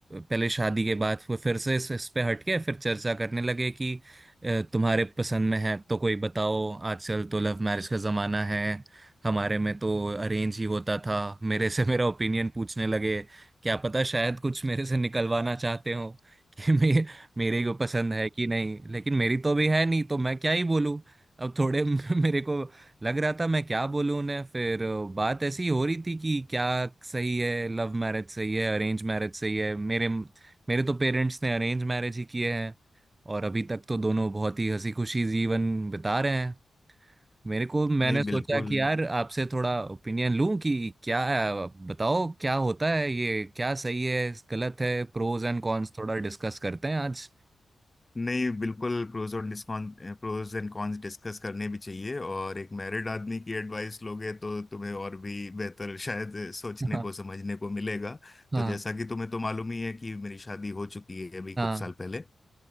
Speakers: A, on the right (about 20°); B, on the left (about 15°).
A: पहले शादी के बाद वो फिर से इस, इस पे हटके फिर चर्चा करने लगे कि अ, तुम्हारे पसंद में है तो कोई बताओ आजकल तो लव मैरिज का जमाना है हमारे में तो अरेंज ही होता था मेरे से मेरा ओपिनियन पूछने लगे क्या पता शायद कुछ मेरे से निकलवाना चाहते हो कि <laughs> मे, मेरे को पसंद है कि नहीं लेकिन मेरी तो भी है नहीं तो मैं क्या ही बोलूं अब थोड़े <laughs> मेरे को लग रहा था मैं क्या बोलूं उन्हें फिर अ, बात ऐसी ही हो रही थी कि क्या सही है लव मैरिज सही है अरेंज मैरिज सही है मेरे मेरे तो पेरेंट्स ने अरेंज मैरिज ही किए हैं और अभी तक तो दोनों बहुत ही हंसी खुशी जीवन बिता रहे हैं मेरे को मैंने
B: नहीं
A: सोचा
B: बिल्कुल
A: कि यार आपसे थोड़ा ओपिनियन लूं कि क्या बताओ क्या होता है ये क्या सही है गलत है प्रोज एंड कॉन्स थोड़ा डिस्कस करते हैं आज
B: नहीं बिल्कुल प्रोज और डिस्कॉन प्रोज एंड कॉन्स डिस्कस करने भी चाहिए और एक मैरिड आदमी की एडवाइस लोगे तो तुम्हें और भी बेहतर शायद सोचने
A: <laughs> हाँ
B: को समझने को मिलेगा
A: हाँ
B: तो जैसा कि तुम्हें तो मालूम ही है कि मेरी शादी हो चुकी है अभी कुछ
A: हाँ
B: साल पहले